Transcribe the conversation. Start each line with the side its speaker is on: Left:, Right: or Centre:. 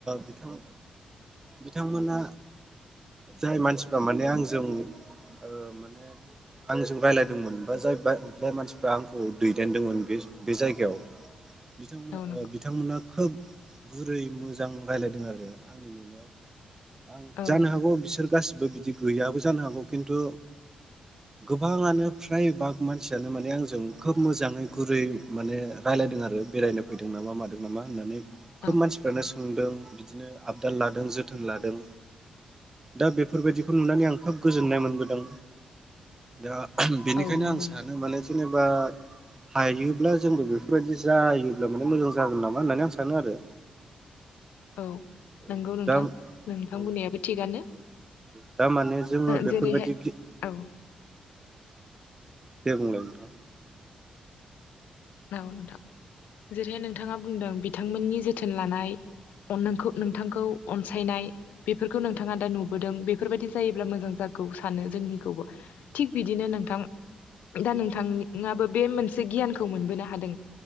Right: बिथां बिथांमोना जाय मानसिफ्रा माने आंजों ओ माने आंजों रायज्लायदोंमोन बा जाय जाय मानसिफ्रा आंखौ दैदेनदोंमोन बे बे जायगायाव बिथांमोन
Left: औ नंगौ
Right: बिथांमोना खोब गुरै मोजां रायज्लायदों आरो आंनि नुनायाव आं
Left: औ
Right: जानो हागौ बिसोर गासिबो बिदि गैयाबो जानो हागौ खिन्थु गोबाङानो फ्राय बाग मानसियानो माने आंजों खोब मोजाङै गुरै माने राय रायज्लायदों आरो बेरायनो फैदों नामा मादों नामा होननानै खोब
Left: औ
Right: मानसिफोरानो सों सोंदों बिदिनो आबदान लादों जोथोन लादों। दा बेफोरबायदिखौ नुनानै आं खोब गोजोननाय मोनबोदों दा बेनिखायनो
Left: औ नंगौ
Right: आं सानो
Left: नोंथां
Right: माने जेनेबा बा हायोब्ला जोंबो बेफोरबायदि जायोब्ला माने मोजां जागोन नामा होननानै आं सानो आरो
Left: औ
Right: औ
Left: नंगौ नोंथां
Right: दा
Left: नोंथां
Right: औ
Left: बुंनायाबो थिगानो।
Right: दा माने जोङो बेफोरबायदि
Left: जेरैहाय
Right: गि
Left: औ
Right: दे बुंलाय नोंथां
Left: औ नोंथां जेरैहाय नोंथाङा बुंदों बिथांमोननि जोथोन लानाय अ नोंखौ नोंथांखौ अनसायनाय बेफोरखौ नोंथाङा दा नुबोदों बेफोरबायदि जायोब्ला मोजां जागोन खौ सानो जोंनिखौबो थिग बिदिनो नोंथां दा नोंथाङाबो बे मोनसे गियानखौ मोनबोनो हादों